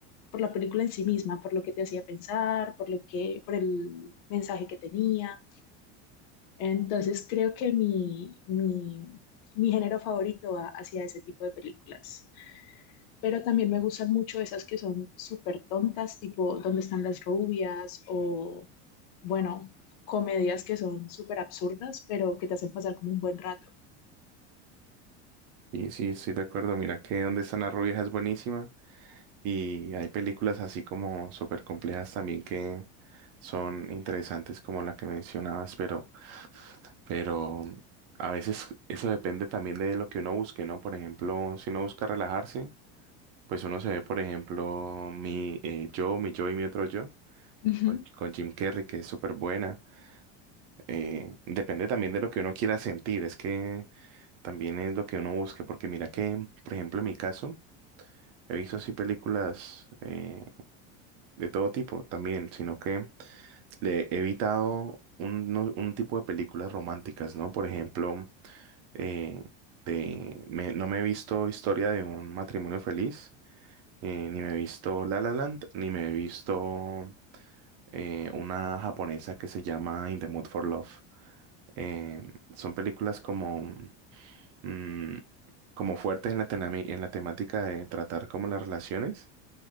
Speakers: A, on the left; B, on the right.
A: por la película en sí misma, por lo que te hacía pensar, por lo que, por el mensaje que tenía. Entonces creo que mi, mi, mi género favorito va hacia ese tipo de películas pero también me gustan mucho esas que son súper tontas, tipo ¿Dónde están las rubias? o, bueno, comedias que son súper absurdas, pero que te hacen pasar como un buen rato.
B: Y sí, estoy de acuerdo. Mira que Dónde están las rubias es buenísima y hay películas así como súper complejas también que son interesantes como la que mencionabas, pero, pero a veces eso depende también de lo que uno busque, ¿no? Por ejemplo, si uno busca relajarse, pues uno se ve, por ejemplo, mi eh, yo, mi yo y mi otro yo.
A: Ujú.
B: con, con Jim Carrey, que es súper buena. Eh, depende también de lo que uno quiera sentir, es que también es lo que uno busque, porque mira que, por ejemplo, en mi caso, he visto así películas eh, de todo tipo también, sino que le he evitado un, no- un tipo de películas románticas, ¿no? Por ejemplo, eh, de- me- no me he visto Historia de un matrimonio feliz, eh, ni me he visto La La Land, ni me he visto eh, una japonesa que se llama In the Mood for Love. Eh, son películas como, mm, como fuertes en la, tenami- en la temática de tratar como las relaciones.